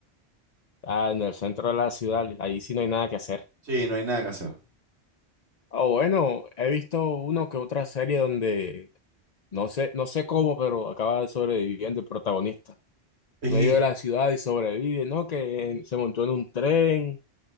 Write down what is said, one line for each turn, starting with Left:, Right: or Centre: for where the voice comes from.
Left: Ah, en el centro de la ciudad, ahí sí no hay nada que hacer.
Right: Sí, no hay nada que hacer.
Left: O bueno, he visto uno que otra serie donde no sé, no sé cómo, pero acaba sobreviviendo el protagonista.
Right: Y
Left: En medio de la ciudad y sobrevive, ¿no? Que en- se montó en un tren